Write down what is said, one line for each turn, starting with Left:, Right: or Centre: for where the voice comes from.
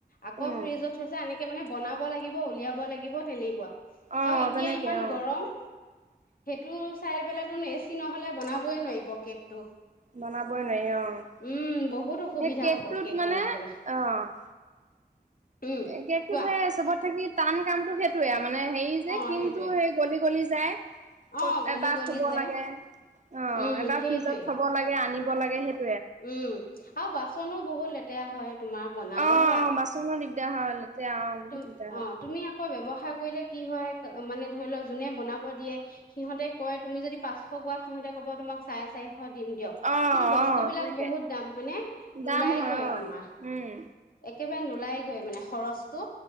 Left: আকৌ
Right: উম,
Left: ফ্ৰিজত থৈছা এনেকে মানে বনাব লাগিব উলিয়াব লাগিব তেনেকুৱা
Right: অ',
Left: আৰু এতিয়া
Right: তেনেকে
Left: ইমান
Right: অ',
Left: গৰম সেইটো চাই পেলতো এচি নহ'লে বনাব'' ক'বই নোৱাৰিব কেকটো
Right: বনাবই নোৱাৰি অ',
Left: উম বহুত অসুবিধা
Right: সেই কেকটোত
Left: হ'ব কেক
Right: মানে
Left: বনাবলৈ
Right: অ'।
Left: উম
Right: এ, কেকতো
Left: কোৱা
Right: থাই চবত থাকি টান কামটো সেইটয়ে মানে হেৰি যে
Left: অ
Right: ক্ৰীমটো
Left: সেইটোৱে
Right: সেই গলি গলি যায়। ক'ত
Left: অ গলি
Right: এবাৰ
Left: গলি
Right: থ'ব
Left: যায়
Right: লাগে অ',
Left: উম
Right: এবাৰ
Left: সেইটোৱে
Right: ফ্ৰিজত থ'ব লাগে আনিব লাগে সেইট
Left: উম, আৰু বাচনো বহুত লেতেৰা হয়। তোমাৰ বনালে
Right: অ',
Left: হয়
Right: বাচনো দিগদাৰ হয়লতে আহ বহুত
Left: তুম
Right: দিগদাৰ
Left: অ
Right: হয়।
Left: তুমি আকৌ ব্যৱসায় কৰিলে কি হয় মানে ধৰি ল' যোনে বনাব দিয়ে সিহঁতে কয়। তুমি যদি পাঁচশ গোৱা সহঁতে ক'ব তোমাক চাই চাৰি দিম দিয়ক
Right: অ',
Left: কিন্তু বস্
Right: অ',
Left: বস্তু বিলাক
Right: তেনেকে
Left: বহুত দাম মানে নোলায়
Right: দাম হয়
Left: গৈ
Right: অ
Left: তোমাৰ
Right: উম
Left: একেবাৰে নোলায় ওলাইগৈ মানে খৰচটো